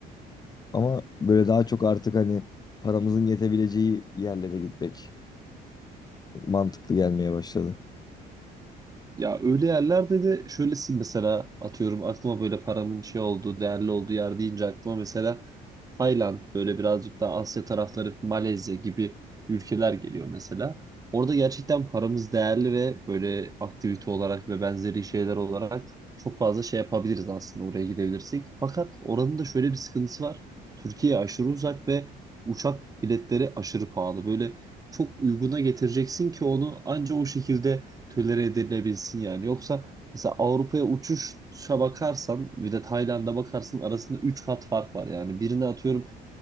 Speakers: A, on the left (about 25°); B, on the right (about 20°).
A: Ama böyle daha çok artık hani paramızın yetebileceği yerlere gitmek mantıklı gelmeye başladı.
B: Ya öyle yerlerde de şöylesin mesela atıyorum aklıma böyle paramın şey olduğu, değerli olduğu yer deyince aklıma mesela Tayland böyle birazcık daha Asya tarafları, Malezya gibi ülkeler geliyor mesela. Orada gerçekten paramız değerli ve böyle aktivite olarak ve benzeri şeyler olarak çok fazla şey yapabiliriz aslında oraya gidebilirsek. Fakat oranın da şöyle bir sıkıntısı var. Türkiye aşırı uzak ve uçak biletleri aşırı pahalı. Böyle çok uyguna getireceksin ki onu anca o şekilde tölere edilebilsin yani. Yoksa mesela Avrupa'ya uçuşa bakarsan bir de Tayland'a bakarsın arasında 3 kat fark var. Yani birine atıyorum